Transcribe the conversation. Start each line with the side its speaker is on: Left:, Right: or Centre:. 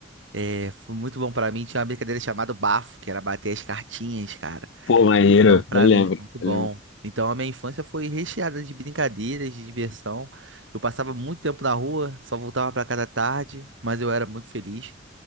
Right: é, foi muito bom pra mim. Tinha uma brincadeira chamada bafo, que era bater as cartinhas, cara.
Left: Pô, maneiro,
Right: Então, pra
Left: eu lembro.
Right: mim, foi muito bom.
Left: eu lembro
Right: Então, a minha infância foi recheada de brincadeiras, de diversão. Eu passava muito tempo na rua, só voltava pra casa tarde, mas eu era muito feliz.